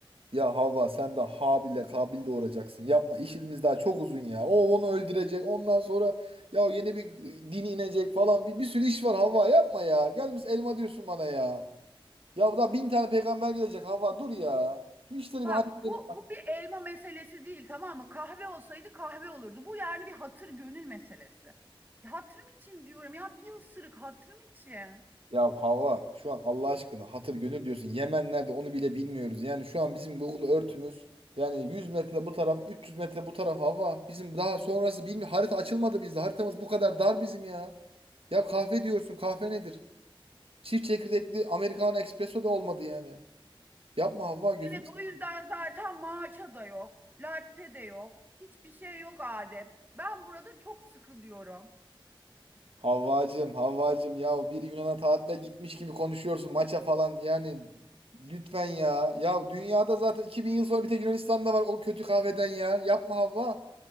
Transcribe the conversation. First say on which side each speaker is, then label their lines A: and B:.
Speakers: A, on the right; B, on the right.
A: Ya Havva sen de Habil'le Kabil doğuracaksın. Yapma işimiz daha çok uzun ya. O onu öldürecek. Ondan sonra ya yeni bir din inecek falan. Bir, bir sürü iş var Havva yapma ya. Gelmiş elma diyorsun bana ya. Ya daha bin tane peygamber gelecek Havva dur ya. Şu işleri
B: Bak
A: bir halledelim.
B: bu bu bir elma meselesi değil tamam mı? Kahve olsaydı kahve olurdu. Bu yani bir hatır gönül meselesi. Ya Hatırım için diyorum ya bir ısırık hatırım için.
A: Ya Havva şu an Allah aşkına hatır gönül diyorsun. Yemen nerede onu bile bilmiyoruz. Yani şu an bizim Google örtümüz yani 100 metre bu taraf 300 metre bu taraf Havva. Bizim daha sonrası bilmiyor. Harita açılmadı bizde. Haritamız bu kadar dar bizim ya. Ya kahve diyorsun. Kahve nedir? Çift çekirdekli Americano espresso da olmadı yani. Yapma Havva gözünü
B: Evet
A: seveyim.
B: o yüzden zaten matcha da yok. Latte de yok. Hiçbir şey yok Adem. Ben burada çok sıkılıyorum.
A: Havvacım, Havvacım ya bir Yunan'a tatile gitmiş gibi konuşuyorsun maça falan yani lütfen ya. Ya dünyada zaten 2000 yıl sonra bir tek Yunanistan'da var o kötü kahveden ya. Yapma Havva.